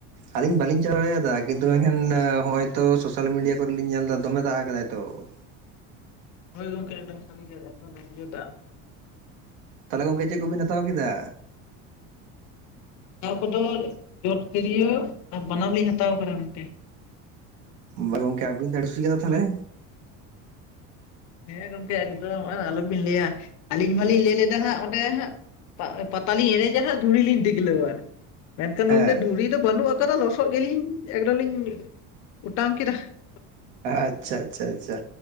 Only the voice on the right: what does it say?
ᱟᱹᱞᱤᱧ ᱵᱟᱞᱤᱧ ᱪᱟᱞᱟᱣ ᱫᱟᱲᱭᱟᱫᱟ ᱠᱤᱱᱛᱩ ᱢᱮᱱᱠᱷᱟᱱ ᱮᱸ ᱦᱚᱭ ᱛᱚ ᱥᱳᱚᱥᱟᱞ ᱢᱤᱰᱤᱭᱟ ᱠᱚᱨᱮ ᱞᱤᱧ ᱧᱮᱞ ᱫᱟ ᱫᱚᱢᱮ ᱫᱟᱜ ᱟᱠᱟᱫᱟᱭ ᱛᱚ ᱾
ᱛᱟᱦᱚᱞᱮ ᱜᱚᱝᱠᱮ ᱪᱮᱫ ᱠᱚᱵᱤᱱ ᱦᱟᱛᱟᱣ ᱠᱮᱫᱟ?
ᱵᱟ ᱜᱚᱝᱠᱮ ᱟᱵᱤᱱ ᱥᱩᱥᱤᱠᱟ ᱫᱚ ᱛᱟᱦᱚᱞᱮ?
ᱦᱮᱸ
ᱟᱪᱪᱷᱟ ᱪᱷᱟ ᱪᱷᱟ